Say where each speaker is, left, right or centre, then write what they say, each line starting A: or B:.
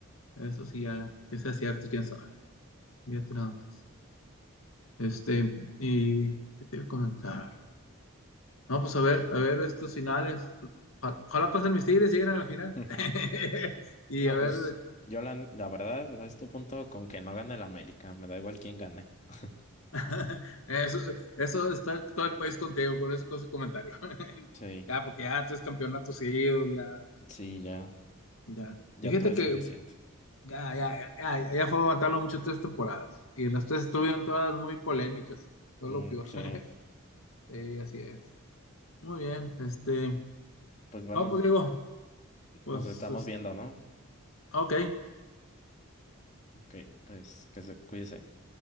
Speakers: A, on the left; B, on the left.
A: eso sí, ya que sea cierto, quién sabe. Fíjate nada más. Este, ¿y qué te voy a comentar? No, pues a ver, a ver estos finales. Ojalá, ojalá pasen mis tigres, lleguen a la final.
B: Mm.
A: <laughs> Y
B: No,
A: a
B: pues
A: ver.
B: yo la, la verdad a este punto con que no gane el América, me da igual quién gane. <laughs>
A: <laughs> Eso, eso está todo el país contigo con ese, con ese comentario. <laughs>
B: Sí,
A: Ya, porque ya tres campeonatos seguidos, ya,
B: sí, ya,
A: ya.
B: ya
A: Y fíjate
B: todo es
A: que
B: suficiente.
A: ya, ya, ya, ya, ya fue aguantarlo mucho tres temporadas. Y en las tres estuvieron todas muy polémicas. Fue
B: Mm,
A: lo peor.
B: sí.
A: <laughs> Sí, así es. Muy bien, este.
B: Pues bueno,
A: No, pues digo, pues,
B: nos estamos
A: es-
B: viendo, ¿no?
A: ok.
B: Ok, pues que se cuídese.